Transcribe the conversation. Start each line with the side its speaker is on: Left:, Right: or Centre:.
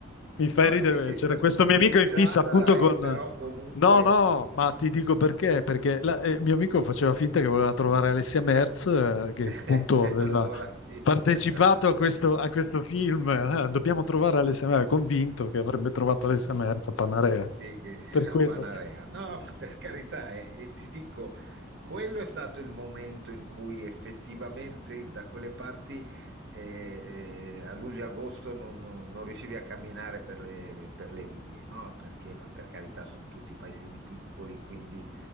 Left: Mi fai
Right: No,
Left: ridere,
Right: sì, sì,
Left: c'era
Right: sta-
Left: questo
Right: stupidata,
Left: mio amico in fissa appunto con
Right: eh, però comunque...
Left: No, no, ma ti dico perché, perché la- eh, mio amico faceva finta che voleva trovare Alessia Merz, eh, che
Right: <laughs>
Left: appunto aveva
Right: Allora sì.
Left: partecipato
Right: <laughs>
Left: a questo, a questo film. Eh, dobbiamo trovare Alessia Merz, convinto che avrebbe trovato Alessia Merz a Panarea.
Right: Sì, che <laughs>
Left: Per quello
Right: a Panarea. No, ma per carità, eh, e ti dico, quello è stato il momento in cui effettivamente da quelle parti eh, eh, a luglio-agosto non, non- non riuscivi a camminare per le, per le vie, no? Perché, ma per carità, sono tutti paesini piccoli, quindi